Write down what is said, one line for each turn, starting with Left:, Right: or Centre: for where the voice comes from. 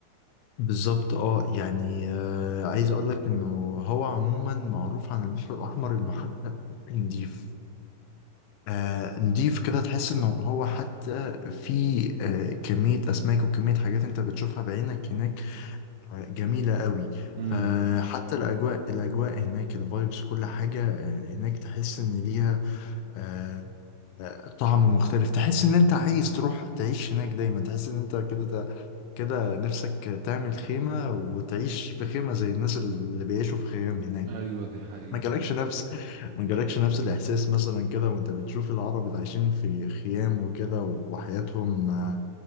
Left: بالظبط اه يعني آه، عايز أقول لك إنه هو عموما معروف عن البحر الأحمر إنه حتى نضيف آه، نضيف كده تحس انه هو حتى في آه، كمية اسماك وكمية حاجات انت بتشوفها بعينك هناك جميلة قوي
Right: امم
Left: فحتى الأجواء الأجواء هناك الفايبس كل حاجة آه، هناك تحس إن ليها آه، آه، طعم مختلف تحس إن أنت عايز تروح تعيش هناك دايما تحس إن أنت كده كده نفسك تعمل خيمة وتعيش في خيمة زي الناس اللي بيعيشوا في خيام هناك
Right: ايوه دي حقيقة
Left: ما جالكش نفس ما جالكش نفس الإحساس مثلا كده وأنت بتشوف العرب اللي عايشين في خيام وكده وحياتهم آه،